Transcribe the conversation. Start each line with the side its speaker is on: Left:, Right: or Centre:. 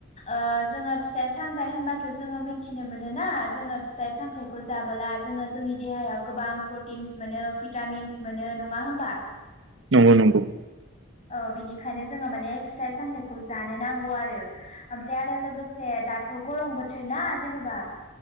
Left: ओ जोङो फिथाइ सामथाइ होनबाथ' जोङो मिनथिनो मोनो ना जोङो फिथाइ सामथाइखौ जाबोला जोङो जोंनि देहायाव गोबां प्रटिन्स मोनो भिटामिन्स मोनो नङा होमबा
Right: दं नंगौ नंगौ
Left: ओ बिनिखायनो जोङो माने फिथाइ सामथाइखौ जानो नांगौ आरो ओमफ्राय आरो लोगोसे दाथ' गरम बोथोर ना जेनेबा